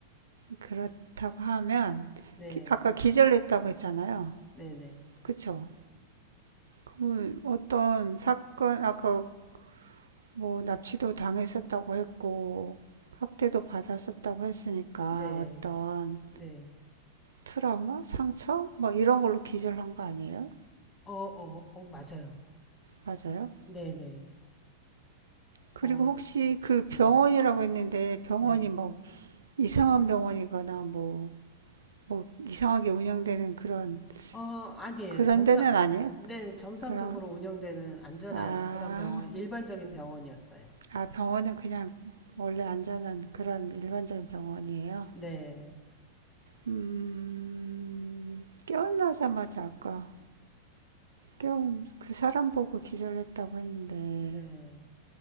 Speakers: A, on the right; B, on the left.
A: 그렇다고 하면
B: 네.
A: 기- 아까 기절했다고 했잖아요.
B: 네네.
A: 그쵸? 그럼 어떤 사건, 아까 뭐 납치도 당했었다고 했고 학대도 받았었다고 했으니까
B: 네.
A: 어떤
B: 네.
A: 트라우마, 상처 뭐 이런 걸로 기절한 거 아니에요?
B: 어 어 어 맞아요.
A: 맞아요?
B: 네네.
A: 그리고
B: 어
A: 혹시 그 병원이라고
B: 네.
A: 했는데 병원이
B: 네.
A: 뭐 이상한 병원이거나 뭐, 뭐 이상하게 운영되는 그런
B: 어 아니에요.
A: 그런
B: 정상
A: 데는 아니에요?
B: 네. 정상적으로
A: 그런
B: 운영되는 안전한
A: 아,
B: 그런 병원 일반적인 병원이었어요.
A: 아 병원은 그냥 원래 안전한 그런 일반적인 병원이에요.
B: 네.
A: 음, 깨어나자마자 아까 깨운 그 사람 보고 기절했다고 했는데
B: 네.